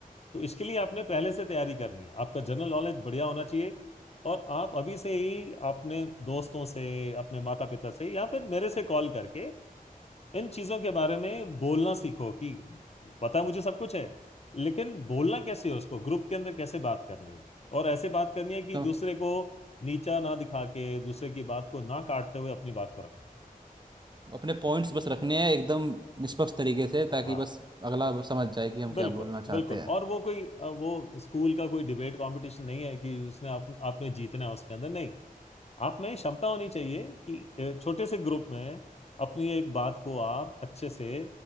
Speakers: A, on the left; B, on the right.
A: तो इसके लिए आपने पहले से तैयारी करनी है आपका जनरल नॉलेज बढ़िया होना चाहिए और आप अभी से ही अपने दोस्तों से अपने माता पिता से या फिर मेरे से कॉल करके इन चीजों के बारे में बोलना सीखो कि पता मुझे सब कुछ है लेकिन बोलना कैसे है उसको ग्रुप के अंदर कैसे बात करनी है और ऐसे बात करनी है कि
B: तो
A: दूसरे को नीचा ना दिखा के दूसरे की बात को ना काटते हुए अपनी बात को रखना है
B: अपने पॉइंट्स बस रखने हैं एकदम निष्पक्ष तरीके से ताकि
A: हाँ
B: बस अगला वो समझ जाए कि हम
A: बिल्कुल,
B: क्या बोलना चाहते
A: बिल्कुल
B: हैं
A: और वो कोई अ, वो स्कूल का कोई डिबेट कंपटीशन नहीं है कि उसने आप आपने जीतना है उसके अंदर नहीं आप में क्षमता होनी चाहिए कि अ, छोटे से ग्रुप में अपनी एक बात को आप अच्छे से